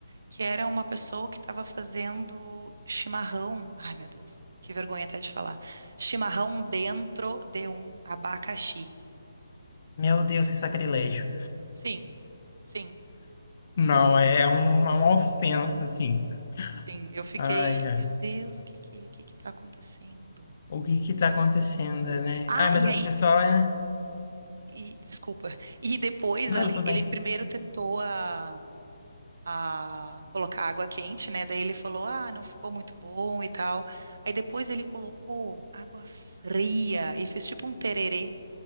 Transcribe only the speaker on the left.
Meu Deus, que sacrilégio.
Não, é é um- é uma ofensa, assim.
Ai, ai.
O que que tá acontecendo, né?
Ai, mas
as
pessoas... é-
Não,
tudo bem.